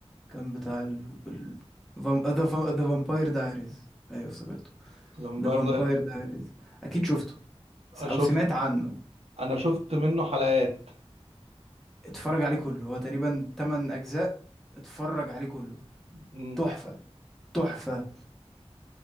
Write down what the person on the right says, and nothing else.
فامباير
داير
شفت
انا شفت منه حلقات
م-